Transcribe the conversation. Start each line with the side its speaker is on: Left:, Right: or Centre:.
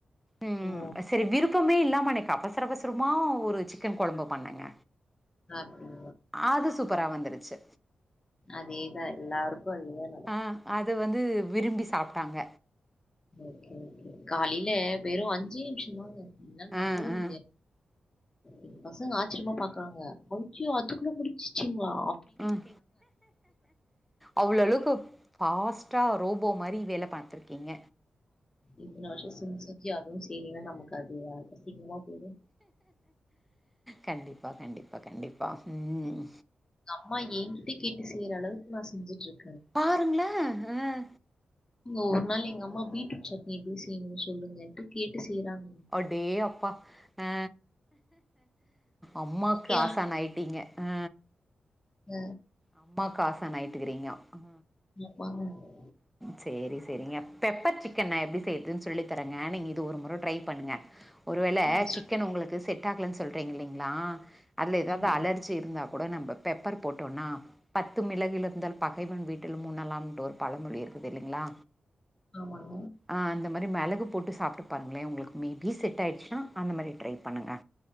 Centre: ம்
Left: ஓ
Centre: சரி விருப்பமே இல்லாம அன்னைக்கு அவசர அவசரமா ஒரு சிக்கன் கொழம்பு பண்ணங்க
Left: <unintelligible>
Centre: அது சூப்பரா வந்துருச்சு
Left: அதேதா எல்லாருக்கு அதேதா
Centre: ஆ அத வந்து விரும்பி சாப்ட்டாங்க
Left: ஓகே ஓகே காலைல வெறு அஞ்சே நிம்ஷந்தாங்க என்னால
Centre: ஆ
Left: நம்பவே
Centre: ஆ
Left: முடியா எங் பசங்க ஆச்சரியமா பாக்றாங்க <unintelligible> அதுக்குள்ள முடிச்சிட்டீங்ளா
Centre: ம் அவ்ளோளவுக்கு ஃபாஸ்ட்டா ரோபோ மாரி வேலப் பாத்ருக்கீங்க
Left: இத்தன வர்ஷொ செஞ்சு செஞ்சு அதுவு செய்லீனா நமக்கு அது அசிங்கமா போய்டு
Centre: கண்டிப்பா கண்டிப்பா கண்டிப்பா ம்
Left: அம்மா ஏங்கிட்ட கேட்டு செய்ற அளவுக்கு நா செஞ்சுட்ருக்
Centre: பாருங்ள ஆ
Left: ஏங்க ஒரு நாள் எங்க அம்மா பீட்ரூட் சட்னி எப்டி செய்ணுன் சொல்லுங்கன்ட்டு கேட்டு செய்றாங்
Centre: அடேயப்பா அ அம்மாக்கு
Left: எனக்கே
Centre: ஆசான் ஆயிட்டீங்க ஆ
Left: அ
Centre: அம்மாக்கு ஆசான் ஆய்ட்டுக்கிறீங்கொ அ
Left: <unintelligible>
Centre: சேரி சேரிங்க பெப்பர் சிக்கன் நா எப்டி செய்றதுன் சொல்லித்தரங்க நீங்க இது ஒரு முற ட்ரை பண்ணுங்க ஒருவேல
Left: ம்.
Centre: சிக்கன் உங்களுக்கு செட் ஆகலன் சொல்றீங்க இல்லலைங்களா அதுல எதாவது
Left: ஆமாங்க.
Centre: அலர் ஜி இருந்தா கூட நம்ப பெப்பர் போட்டோன்னா பத்து மிளகு இருந்தால் பகைவன் வீட்டிலும் உன்னலாம்ட்டு ஒரு பழமொழி இருக்குது இல்லைங்களா
Left: ஆமாங்
Centre: அ அந்த மாதிரி மெளகு போட்டு சாப்ட்டு பாருங்களே உங்களுக்கு மேபி செட் ஆய்டுச்சுனா அந்த மாரி ட்ரை பண்ணுங்க